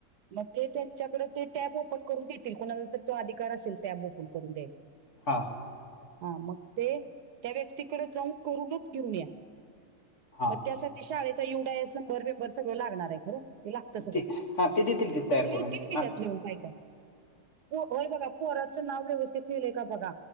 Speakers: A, on the right; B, on the left.
A: मग ते त्यांच्याकडे ते टॅब ओपन करून देतील कोणाचा तो अधिकार असेल टॅब ओपन करून द.
B: हां.
A: हा मग ते त्या व्यक्तीकडे जाऊन करूनच घेऊन या.
B: हा
A: मग त्यासाठी शाळेचा युडाएस नंबर बेंबर सगळं लागणार आहे खरं. ते लागत सगळं
B: ते हा ते देतील की तयार
A: तुतील
B: करून
A: की त्यात
B: आणतो
A: नेऊन काय काय हो होय बघा. पोराचं नाव व्यवस्थित ठेलंय का बघा